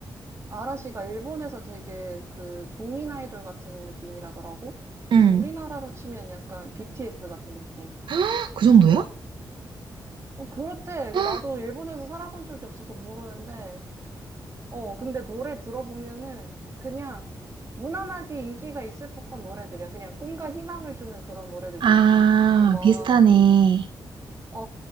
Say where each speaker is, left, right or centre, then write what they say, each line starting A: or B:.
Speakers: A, on the right; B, on the right.
A: 아라시가 일본에서 되게 그 국민 아이돌 같은 느낌이라더라고?
B: 응.
A: 우리나라로 치면 약간 BTS 같은 느낌.
B: <gasps> 헉, 그 정도야? <gasps>
A: 어, 그렇대.
B: 헉,
A: 나도 일본에서 살아본 적이 없어서 모르는데, 어, 근데 노래 들어보면은 그냥 무난하게 인기가 있을 법한 노래들이야. 그냥 꿈과 희망을 주는 그런 노래들도
B: 아,
A: 있고, 막, 그 막,
B: 비슷하네.
A: 어,